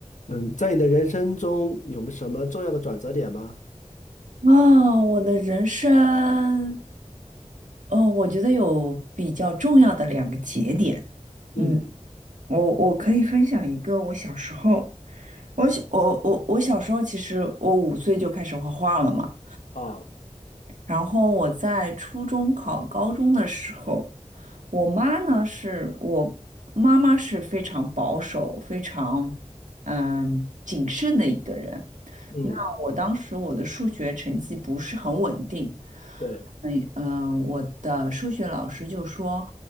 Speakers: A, on the left; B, on the right.
A: 嗯，在你的人生中有没有什么重要的转折点吗？
B: 啊，我的人生，嗯，我觉得有比较重要的两个节点。嗯，
A: 嗯
B: 我我可以分享一个我小时候，我小我我我小时候其实我五岁就开始画画了嘛。
A: 啊，
B: 然后我在初中考高中的时候，我妈呢是我妈妈是非常保守、非常嗯谨慎的一个人。
A: 嗯，
B: 那我当时我的数学成绩不是很稳定。
A: 对，
B: 嗯呃，我的数学老师就说，